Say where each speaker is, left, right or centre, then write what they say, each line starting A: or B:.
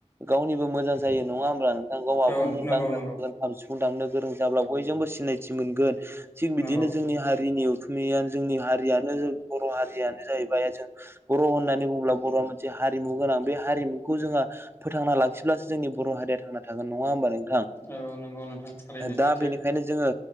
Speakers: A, on the right; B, on the left.
A: गावनिबो मोजां जायो नङा हब्ला नोंथां गावाबो
B: औ
A: मुंदांखा
B: नंगौ नंगौ
A: जागोन खाम सिफुं दामनो गोरों जाब्ला बयजोंबो सिनायथि मोनगोन थिग बिदिनो
B: नंगौ
A: जोंनि हारिनि खैयानो जोंनि हारियानो बर' हारि जाहैबाय जों बर' होननानै बुङोब्ला बर'आ मोनसे हारिमु गोनां बे हारिमुखौ जोङो फो थांना लाखिब्लासो जोंनि बर हारिया थां थागोन नङा होमबा नोंथां
B: औ नंगौ नोंथां थारैनो
A: दा
B: सैथो
A: बेनिखायनो जोङो